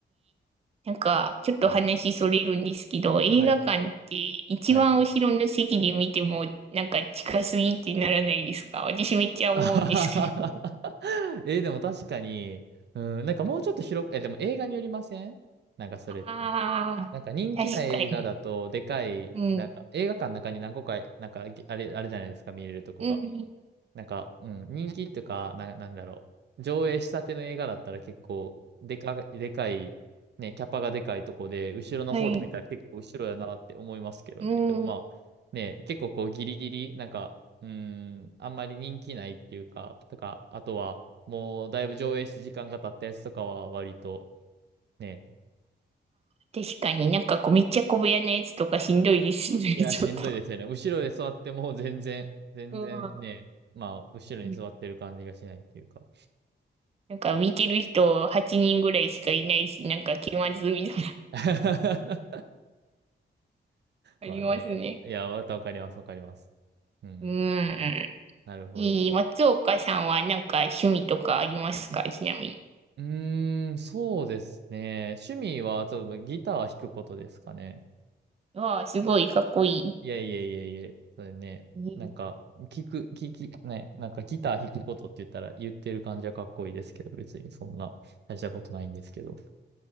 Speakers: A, on the right (about 35°); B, on the right (about 65°).
A: なんか、ちょっと話それるんですけど、
B: うん
A: 映画館って一番後ろの席で見ても、
B: はい。はい。
A: なんか近すぎってならないですか私めっちゃ思うんですけど。
B: <laughs> あはははえーでも確かに、うん、なんかもうちょっと広く、え、でも映画によりませんなんかそれって。
A: ああ、
B: なんか人気な映画だと、
A: 確かに。
B: でかい、
A: うん。
B: なんか映画館の中に何個か、なんかぎあれ、あれじゃないですか、見れるとこが。
A: うん。
B: なんか、うん、人気とか、な、なんだろう。上映したての映画だったら結構、でか、でかい、ね、キャパがでかいとこで、後ろの方で見たら結構後ろやなって思いますけどね。
A: はい。うん。
B: でもまあ、ね、結構こうギリギリ、なんか、うん、あんまり人気ないっていうか、とか、あとは、もうだいぶ上映して時間が経ったやつとかは割と、ね、
A: 確かになんかこうめっちゃ小部屋のやつとかしんどいですね、
B: いや、
A: <laughs> ちょっと。
B: しんどいですよね。後ろで座っても全然、全然ね、
A: う
B: まあ、後ろに座ってる感じがしないっていうか。
A: ん。なんか見てる人8人ぐらいしかいないし、なんか気まずいみたいな、
B: <laughs>
A: <laughs> ありますね。
B: まあね。いや、またわかります、わかります。うん、
A: うん。
B: なるほど。
A: いい松岡さんはなんか趣味とかありますかちなみに。<laughs>
B: うーん、そうですね。趣味は、ちょっとギターは弾くことですかね。
A: わあ、すごいかっこい
B: いやいやいやいや、それね、
A: いい、
B: なんか、聞く、聞き、ね、なんかギター弾くことって言ったら言ってる感じはかっこいいですけど、別にそんな大したことないんですけど。